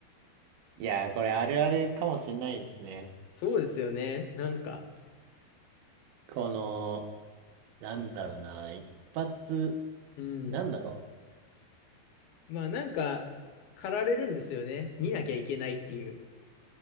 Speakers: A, on the right; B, on the left.
A: いやー、これあるあるかもしんないですね。
B: そうですよね。なんか、
A: この、なんだろうな、一発、
B: うん。
A: なんだろ
B: まあ、なんか、駆られるんですよね。見なきゃいけないっていう。